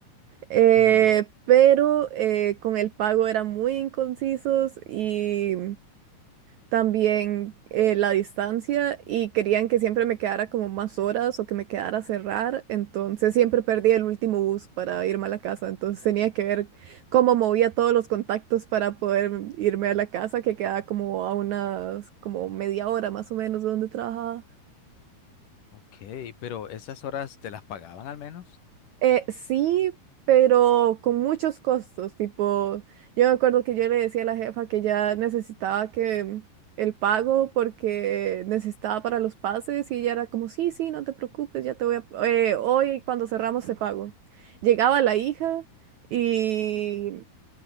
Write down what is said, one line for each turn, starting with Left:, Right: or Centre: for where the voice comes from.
Right: Eh,
Left: ujú.
Right: pero eh, con el pago eran muy inconcisos y también eh, la distancia y querían que siempre me quedara como más horas o que me quedara a cerrar, entonces siempre perdí el último bus para irme a la casa, entonces tenía que ver cómo movía todos los contactos para poder irme a la casa, que quedaba como a unas como media hora más o menos de donde trabajaba.
Left: Ok, pero esas horas te las pagaban al menos.
Right: Eh, sí, pero con muchos costos, tipo, yo me acuerdo que yo le decía a la jefa que ya necesitaba que el pago porque necesitaba para los pases y ella era como, sí, sí, no te preocupes, ya te voy a, eh, hoy cuando cerramos te pago. Llegaba la hija y,